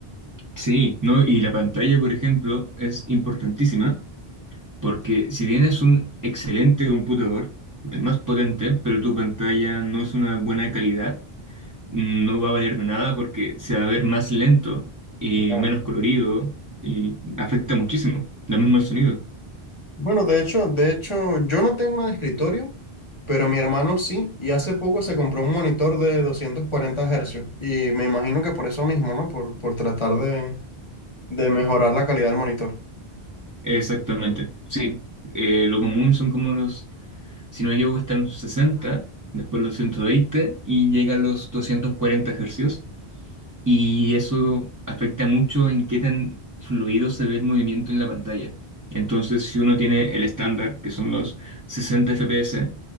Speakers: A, on the right; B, on the left.
A: sí, ¿no? Y la pantalla, por ejemplo, es importantísima Porque si tienes un excelente computador, el más potente, pero tu pantalla no es una buena calidad, no va a valer de nada porque se va a ver más lento y
B: Claro.
A: menos colorido y afecta muchísimo. Lo mismo el sonido.
B: Bueno, de hecho, de hecho, yo no tengo una de escritorio, pero mi hermano sí, y hace poco se compró un monitor de 240 hercios, y me imagino que por eso mismo, ¿no? Por, por tratar de, de mejorar la calidad del monitor.
A: Exactamente. Sí, Eh, lo común son como los, si no me equivoco, están los sesenta después los 120 y llega a los 240 hercios. y eso afecta mucho en qué tan fluido se ve el movimiento en la pantalla. Entonces, si uno tiene el estándar, que son los 60 FPS,